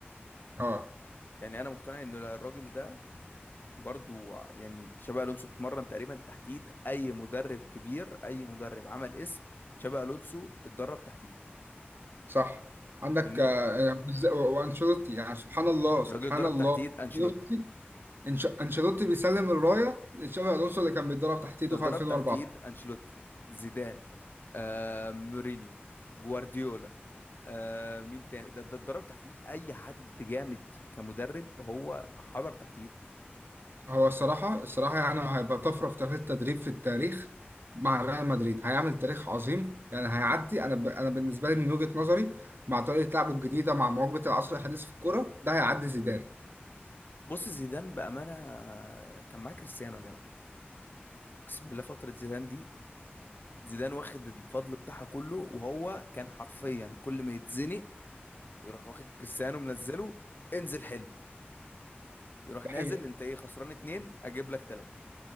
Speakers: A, on the right; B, on the left.
A: اه
B: يعني انا مقتنع ان الراجل ده برضو يعني تشابي الونسو اتمرن تقريبا تحت ايد اي مدرب كبير اي مدرب عمل اسم تشابي الونسو اتدرب تحت ايد
A: صح عندك
B: فاهمني
A: آه، وز- و- وانشيلوتي يعني سبحان الله سبحان
B: الراجل اتدرب
A: الله
B: تحت ايد انشيلوتي
A: انشيلوتي إنش- انشيلوتي بيسلم الرايه لتشافي الونسو اللي كان بيتدرب تحت ايده
B: ده ضرب
A: في 2004
B: تحت ايد انشيلوتي زيدان آه مورينيو جوارديولا آه مين تاني ده ده اتدرب تحت ايد اي حد جامد كمدرب هو حضر تحت ايده
A: هو الصراحة الصراحة يعني هيبقى طفرة في تاريخ التدريب في التاريخ مع ريال مدريد هيعمل تاريخ عظيم يعني هيعدي أنا ب... أنا بالنسبة لي من وجهة نظري مع طريقة لعبه الجديدة مع مواكبة العصر الحديث في الكورة ده هيعدي زيدان
B: بص زيدان بامانه آه، كان معاه كريستيانو يا جدع اقسم بالله فتره زيدان دي زيدان واخد الفضل بتاعها كله وهو كان حرفيا كل ما يتزنق يروح واخد كريستيانو منزله انزل حل يروح
A: ده
B: نازل
A: حقيقة
B: انت ايه خسران اتنين اجيب لك تلاته